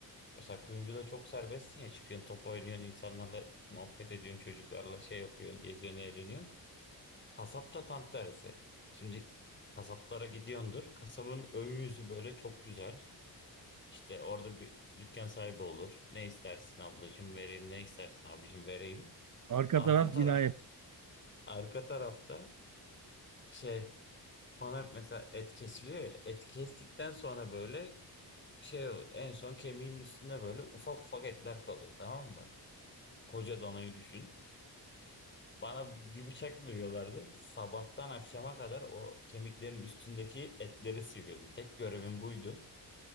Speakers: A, on the left (about 30°); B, on the right (about 50°).
A: mesela kuyumcuda çok serbestsin ya çıkıyorsun top oynuyorsun insanlarla muhabbet ediyorsun çocuklarla şey yapıyorsun geziyorsun eğleniyorsun. Kasapta tam tersi. Şimdi kasaplara gidiyordur. Kasabın ön yüzü böyle çok güzel. İşte orada bir dükkan sahibi olur. Ne istersin ablacığım vereyim, ne istersin abicim vereyim.
B: Arka
A: Arka
B: taraf
A: taraf
B: cinayet.
A: arka tarafta şey bana mesela et kesiliyor ya. Et kestikten sonra böyle şey oluyor. En son kemiğin üstünde böyle ufak ufak etler kalıyor tamam mı? Koca danayı düşün. Bana bir bıçak veriyorlardı. Sabahtan akşama kadar o kemiklerin üstündeki etleri sıyırıyordum. Tek görevim buydu.